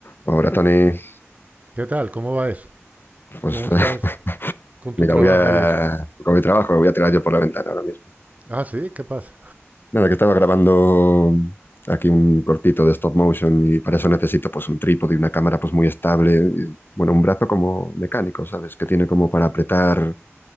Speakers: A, on the left (about 45°); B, on the right (about 30°).
A: Ahora, Tony,
B: ¿Qué tal? ¿Cómo va eso?
A: pues
B: ¿Cómo estás
A: <laughs>
B: con
A: mira,
B: tu trabajo
A: voy a...
B: y eso?
A: Con mi trabajo, voy a tirar yo por la ventana ahora mismo.
B: Ah, sí, ¿qué pasa?
A: Nada, que estaba grabando aquí un cortito de stop motion y para eso necesito pues un trípode y una cámara pues muy estable. y, bueno, un brazo como mecánico, ¿sabes? Que tiene como para apretar